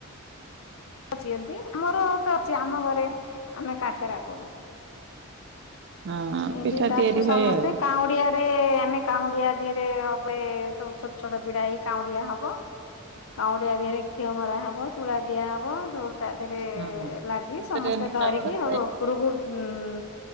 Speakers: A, on the left (about 70°); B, on the right (about 55°).
A: <inaudible> ଆମର ତ ଅଛି ଆମ ଘରେ ଆମେ କାକରା କରୁ।
B: ହଁ
A: ଏମିତି
B: ପିଠା
A: ଡାକୁ
B: ତିଆରି
A: ସମସ୍ତେ।
B: ହୁଏ ଆଉ
A: କାଉଁଡିଆରେ ଆମେ କାଉଁଡିଆ ଧିଅରେ ଅଗେ ସବୁ ଛୋଟ ଛୋଟ ବିଡା ହେଇ କାଉଁଡିଆ ହବ। କାଉଁଡିଆ ଧିଅରେ ଘିଅ ମରା ହବ। ତୁଳା ଦିଆ ହବ। ସବୁ ତା ଦେହରେ
B: ହଁ।
A: ଲାଗି ସମସ୍ତେ
B: ସେଥିରେ ନିଆଁ
A: ଧରିକି
B: ଲଗାଯାଏ
A: ସେଉଠୁ ଉପରକୁ ଉଁ,